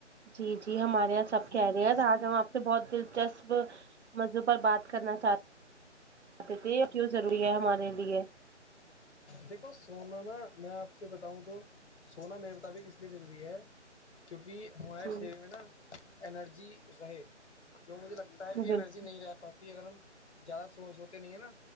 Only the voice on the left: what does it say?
دیکھو سونا نا میں آپ سے بتاؤں تو سونا میرے مطابق اس لیے ضروری ہے کیونکہ ہمارے
شریر میں نا انرجی رہے جو مجھے لگتا ہے
کہ انرجی نہیں رہ پاتی اگر ہم زیادہ سوسوتے نہیں ہے نا